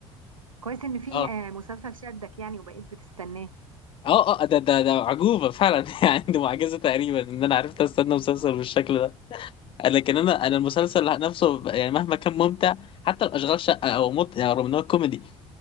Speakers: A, on the right (about 80°); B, on the left (about 30°).
A: كويس ان في
B: اه
A: آه، مسلسل شدك يعني وبقيت بتستناه
B: اه اه ده ده ده عجوبه فعلا <laughs> يعني دي معجزه تقريبا ان انا عرفت استنى مسلسل بالشكل ده لكن انا انا المسلسل نفسه يعني مهما كان ممتع حتى الاشغال شقه او مط... يعني رغم ان هو كوميدي